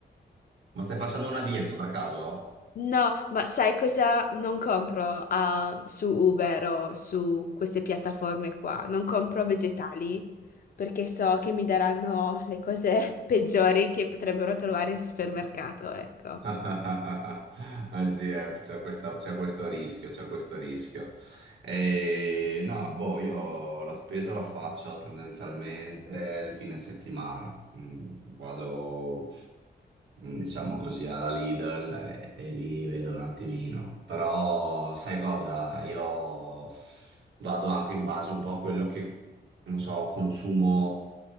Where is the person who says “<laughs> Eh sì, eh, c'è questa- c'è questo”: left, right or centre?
Right